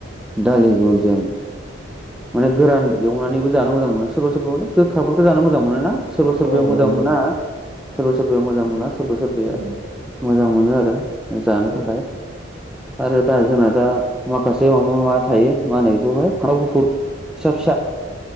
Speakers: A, in the centre; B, on the right (about 50°).
A: दालि जुलजों। माने गोरान एवनानैबो जानो मोजां मोनो सोरबा सोरबाे गोखाफोरखौ जानो मोजां मोनो ना। सोरबा सोरबाया
B: मोनो
A: मोजां मोना। सोरबा सोरबाया मोजां मोना सोरबा सोरबाया
B: नोंथां
A: मोजां मोनो आरो जानो
B: औ
A: थाखाय। आरो दा जोंना दा माखासे माबा माबा थायो मा होनो बेखौहाय फानथाव गुफुर फिसा फिसा